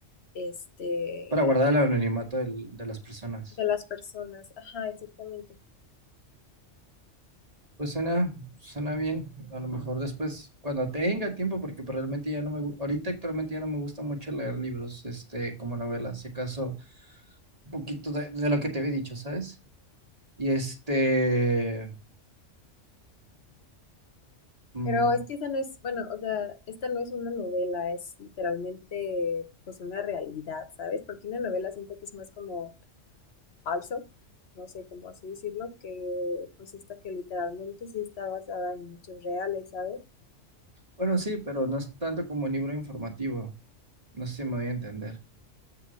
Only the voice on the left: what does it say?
este
de las personas. Ajá, exactamente.
Pero es que esa no es, bueno, o sea, esta no es una novela, es literalmente pues una realidad, ¿sabes? Porque una novela siento que es más como falso, no sé cómo así decirlo, que pues esta que literalmente sí está basada en hechos reales, ¿sabes?